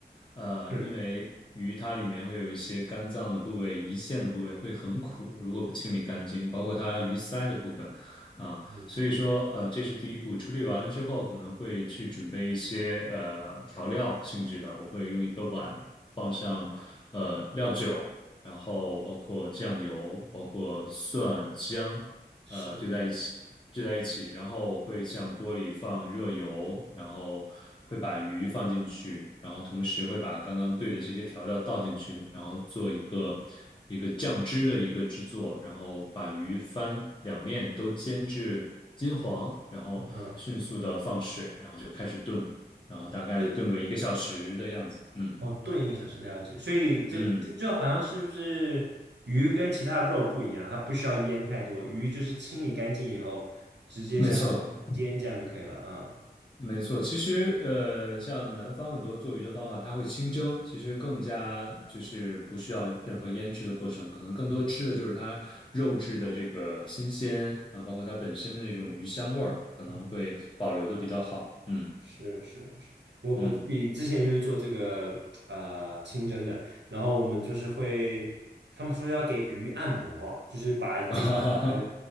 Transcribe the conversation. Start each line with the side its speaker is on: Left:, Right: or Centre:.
Left: 呃，
Right: 是，
Left: 因为鱼它里面会有一些肝脏的部位、胰腺的部位会很苦，如果不清理干净，包括它鱼鳃的部分。啊。
Right: 嗯，
Left: 所以说，呃，这是第一步。处理完了之后，可能会去准备一些呃调料性质的，我会用一个碗放上呃料酒，然后包括酱油，包括蒜姜，
Right: 是，
Left: 呃对在一起，对在一起，然后我会向锅里放热油，然后会把鱼放进去，然后同时会把刚刚兑的这些调料倒进去，然后做一个一个酱汁的一个制作，然后把鱼翻两面都煎至金黄，然后迅速的放水，
Right: 嗯。
Left: 然后就开始炖，然后大概炖个一个小时的样子。
Right: 就。
Left: 嗯
Right: 哦，炖一个小时，了解。所以这个这就好像是不是鱼跟其他的肉不一样，
Left: 嗯，
Right: 它不需要腌太多，鱼就是清理干净以后直接下去煎这样就可以了啊。
Left: 没错。没错，其实呃，像南方很多做鱼的方法，它会清蒸，其实更加就是不需要任何腌制的过程，可能更多吃的就是它肉质的这个新鲜啊，
Right: 嗯
Left: 包括它本身的那种鱼香味儿，可能会保留的比较好。
Right: 嗯嗯
Left: 嗯
Right: 是是是，我我自己之前就是做这个呃清蒸的，
Left: 嗯，
Right: 然后我们就是会，他们说要给鱼按摩，就是把这个呃
Left: <laughs> 哈哈哈，